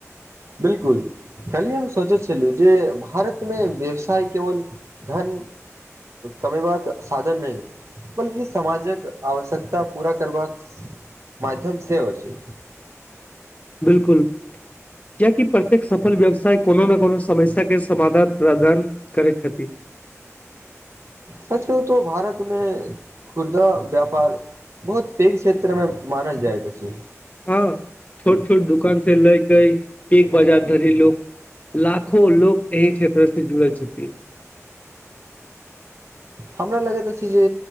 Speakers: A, on the right; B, on the left.
A: बिलकुल काइल हम सोचै छलहु जे भारतमे व्यवसाय केवल धन कमेबाक साधन नै बल्कि समाजक आवश्यकता पूरा करबाक माध्यम सेहो अछि।
B: बिलकुल किया कि प्रत्येक सफल व्यवसाय कोनो न कोनो समय तखन समाधान प्रदान करैत हेथि
A: सच कहु त भारतमे खुर्दा व्यापार बहुत पैघ क्षेत्र मे मानल जाइत अछि।
B: हँ छोट छोट दुकान से लैके बिग बाजार धरी लोक लाखो लोक एहि क्षेत्रस जुड़ल छथि।
A: हमरा लगैत अछि जे